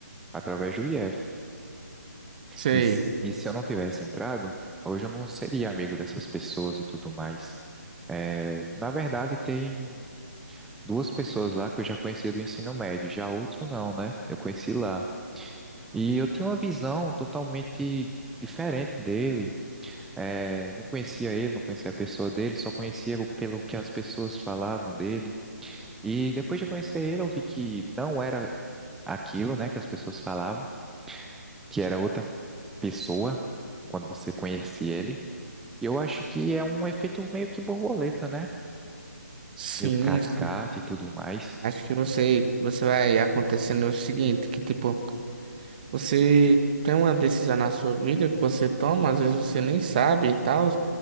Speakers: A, in the centre; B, on the right.
A: através do IF.
B: Sei.
A: E, se- e se eu não tivesse entrado, hoje eu não seria amigo dessas pessoas e tudo mais. É, na verdade, tem duas pessoas lá que eu já conhecia do ensino médio, já outro não, né? Eu conheci lá. E eu tinha uma visão totalmente diferente dele. É, não conhecia ele, não conhecia a pessoa dele, só conhecia pelo que as pessoas falavam dele. E depois de conhecer ele, eu vi que não era aquilo, né, que as pessoas falavam, que era outra pessoa quando você conhecia ele. E eu acho que é um efeito meio que borboleta, né?
B: Sim,
A: Meio cascata
B: sim.
A: e tudo mais.
B: Acho que você, você vai acontecendo o seguinte, que tipo, Você tem uma decisão na sua vida que você toma, às vezes você nem sabe e tal,